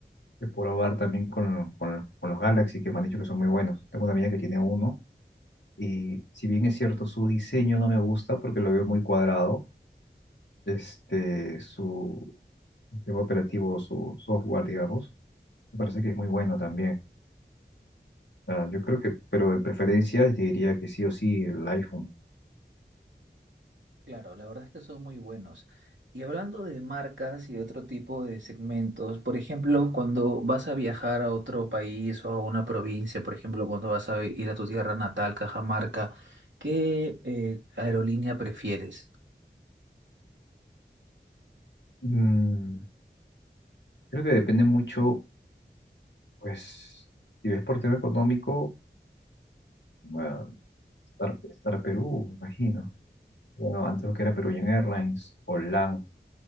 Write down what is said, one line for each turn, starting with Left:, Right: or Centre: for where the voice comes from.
Left: de probar también con, con, con los Galaxy que me han dicho que son muy buenos. Tengo una amiga que tiene uno Y si bien es cierto, su diseño no me gusta porque lo veo muy cuadrado, este, su sistema operativo, su software, digamos, me parece que es muy bueno también. Ah, yo creo que, pero en preferencias te diría que sí o sí el iPhone.
Right: Claro, la verdad es que son muy buenos. Y hablando de marcas y otro tipo de segmentos, por ejemplo, cuando vas a viajar a otro país o a una provincia, por ejemplo, cuando vas a ir a tu tierra natal, Cajamarca, ¿qué eh, aerolínea prefieres?
Left: Mm, creo que depende mucho, pues, si ves por tema económico, bueno, Star, Star Perú, me imagino. Bueno, antes lo que era Peruvian Airlines o LAN,